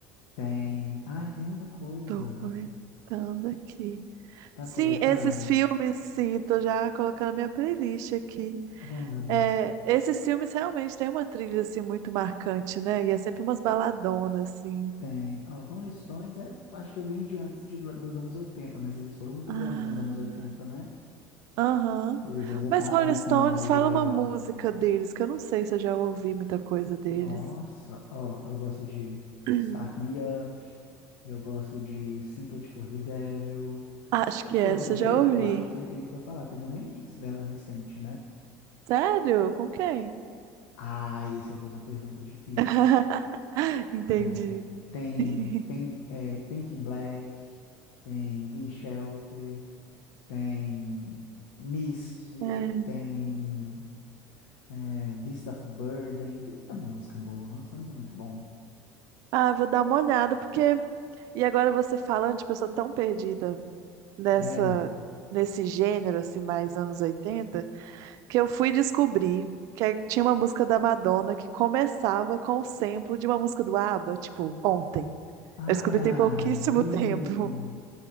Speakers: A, on the left (about 85°); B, on the right (about 55°).
A: tem. Ai, tem muita coisa.
B: Tô coletando aqui.
A: Tá
B: Sim,
A: coletando,
B: esses
A: amigo?
B: filmes, sim, tô já colocando na minha playlist aqui.
A: Oh, meu Deus.
B: É, esses filmes realmente têm uma trilha assim muito marcante, né? E é sempre umas baladonas, assim.
A: Tem. Ó, Rolling Stones, é, acho que vem de antes de lá- dos anos oitenta mas eles foram muito
B: Ah,
A: grandes nos anos oitenta né?
B: aham.
A: Eles ainda
B: Mas
A: estavam,
B: Rolling
A: assim,
B: Stones
A: num auge
B: fala
A: legal.
B: uma música deles, que eu não sei se eu já ouvi muita coisa deles.
A: Nossa, ó, eu gosto de
B: <clears throat>
A: Start Me Up, eu gosto de Sympathy for the Devil.
B: Acho
A: Sympathy
B: que
A: for
B: essa
A: the Devil,
B: eu já ouvi.
A: eu acho que é isso que eu ia falar, teve um remix dela recente, né?
B: Sério? Com quem?
A: Ah, e você fez uma pergunta difícil,
B: <laughs> Entendi.
A: né? Tem
B: <laughs>
A: Pain- é, Painting Black, tem Gimme Shelter, tem Miss,
B: É.
A: tem é, Beast of Burden, tem muita música boa, Rolling Stones é muito bom.
B: Ah, vou dar uma olhada, porque. E agora você falando, tipo, eu sou tão perdida nessa,
A: é.
B: nesse gênero, assim, mais anos 80, que eu fui descobrir que é, tinha uma música da Madonna que começava com o sample de uma música do ABBA, tipo, ontem.
A: Ah,
B: Eu descobri
A: é a
B: tem pouquíssimo
A: Gimme.
B: <laughs> tempo.